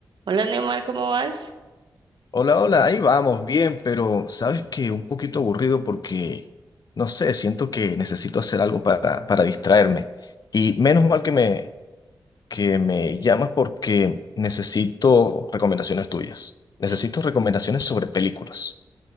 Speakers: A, on the right; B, on the left.
A: Hola Neymar, ¿cómo vas?
B: Hola, hola, ahí vamos, bien, pero sabes que un poquito aburrido porque, no sé, siento que necesito hacer algo para, para distraerme. Y menos mal que me, que me llamas porque necesito recomendaciones tuyas. Necesito
A: Mm,
B: recomendaciones sobre películas.